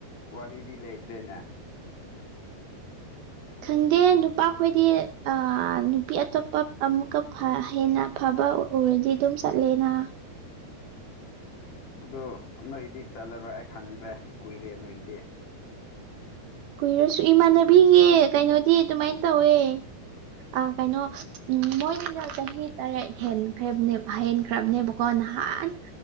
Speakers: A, on the left; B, on the right.
A: ꯋꯥꯔꯤꯗꯤ ꯂꯩꯇ꯭ꯔꯦꯅꯦ
B: ꯈꯪꯗꯦ ꯅꯨꯄꯥꯈꯣꯏꯗꯤ ꯑꯥ ꯅꯨꯄꯤ ꯑꯇꯣꯞꯄ ꯑꯃꯨꯛꯀ ꯐꯥ ꯍꯦꯟꯅ ꯐꯕ ꯑꯣꯏꯔꯗꯤ ꯑꯗꯨꯝ ꯆꯠꯂꯦꯅ
A: ꯑꯗꯨ ꯅꯣꯏꯒꯤꯗꯤ ꯆꯠꯂꯔꯣꯏ ꯑꯩ ꯈꯪꯈ꯭ꯔꯦ ꯀꯨꯏꯔꯦ ꯅꯣꯏꯒꯤꯗꯤ
B: ꯀꯨꯏꯔꯁꯨ ꯏꯃꯥꯟꯅꯕꯤꯒꯤ ꯀꯩꯅꯣꯗꯤ ꯑꯗꯨꯃꯥꯏꯟ ꯇꯧꯋꯦ ꯑ ꯀꯩꯅꯣ ꯎꯝ ꯃꯣꯏꯅꯤꯅ ꯆꯍꯤ ꯇꯔꯦꯠ ꯍꯦꯟꯈ꯭ꯔꯦꯕꯅꯦ ꯍꯦꯟꯈ꯭ꯔꯕꯅꯦꯕꯀꯣ ꯅꯍꯥꯟ